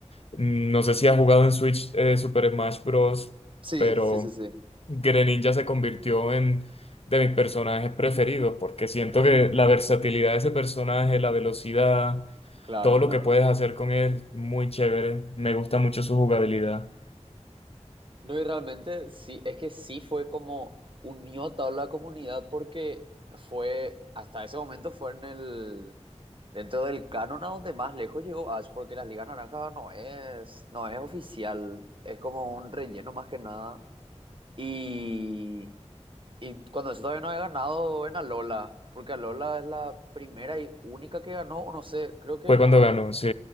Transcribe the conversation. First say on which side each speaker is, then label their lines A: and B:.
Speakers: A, on the left; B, on the right.
A: mm, no sé si has jugado en Switch eh, Super Smash Bros.,
B: Sí,
A: pero...
B: sí, sí, sí.
A: Greninja se convirtió en de mis personajes preferidos, porque siento que la versatilidad de ese personaje, la velocidad,
B: Claro,
A: todo lo
B: claro.
A: que puedes hacer con él, muy chévere. Me gusta mucho su jugabilidad.
B: No, y realmente sí, es que sí fue como unió a toda la comunidad porque fue, hasta ese momento fue en el, dentro del canon a donde más lejos llegó Ash, porque las Ligas Naranjas no es, no es oficial, es como un relleno más que nada. Y... Y cuando eso todavía no he ganado en Alola, porque Alola es la primera y única que ganó, o no sé, creo que
A: Fue
B: en
A: cuando
B: la,
A: ganó, sí.